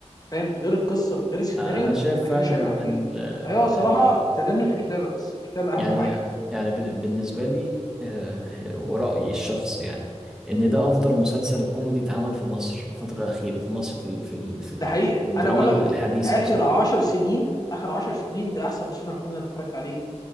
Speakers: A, on the left; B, in the centre.
A: فاهم من غير القصه ومن غير السيناريو
B: آه، انا شايف
A: ما
B: فعلا
A: كانوش هيبقى حلوين
B: ان آه،
A: ايوه الصراحه
B: إن-
A: تدني في الكتابه بس الكتابه اهم
B: يعني
A: حاجه
B: يعني بن- بالنسبه لي آه، ورايي الشخصي يعني ان ده افضل مسلسل كوميدي اتعمل في مصر الفتره الاخيره في مصر في ال- في ال- في
A: ده حقيقه
B: الدراما
A: انا بقول
B: الحديثه
A: لك اخر
B: اصلا
A: 10 سنين اخر 10 سنين ده احسن مسلسل كوميدي انا اتفرجت عليه